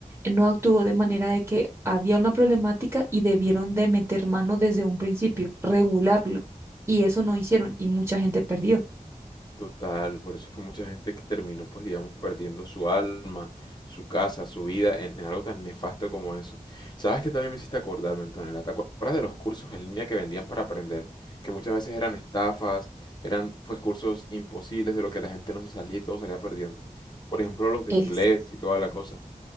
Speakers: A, on the right; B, on the left.
A: no actuó de manera de que había una problemática y debieron de meter mano desde un principio, regularlo. Y eso no hicieron y mucha gente perdió.
B: Total, por eso es que mucha gente que terminó, pues digamos, perdiendo su alma, su casa, su vida en, en algo tan nefasto como eso. ¿Sabes que también me hiciste acordarme, Antonella? ¿Te acuerdas de los cursos en línea que vendían para aprender? Que muchas veces eran estafas, eran pues cursos imposibles de lo que la gente no se salía y todo salía perdiendo. Por ejemplo, los de
A: Es.
B: inglés y toda la cosa.